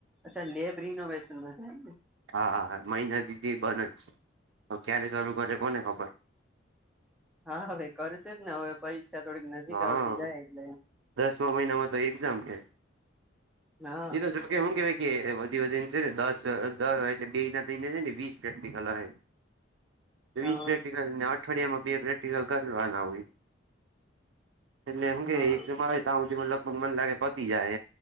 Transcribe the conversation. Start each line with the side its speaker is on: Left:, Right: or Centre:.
Centre: અચ્છા લેબ રિનોવેશનમાં છેને?
Right: હા, હા, હા, મહિના દી થી બને જ છે હવે ક્યારે શરૂ કરે કોને ખબર.
Centre: હા હવે કરશે જ ને હવે પરીક્ષા થોડીક નજીક
Right: હા
Centre: આવતી જાય એટલે
Right: દસમા મહિનામાં તો એક્ઝામ હે.
Centre: હા
Right: એ તો જો એ હું કેવાય કે વધી વધીને છે ને દસ એટલે બે ના થઈને છે ને વીસ પ્રેક્ટિકલ આવે.
Centre: હા
Right: વીસ પ્રેક્ટિકલ અઠવાડિયામાં બે પ્રેક્ટિકલ કરવાના હોય. એટલે હું કે
Centre: હા
Right: એક્ઝામ આવે તા હુધિ લગભગ મને લાગે પતી જાહે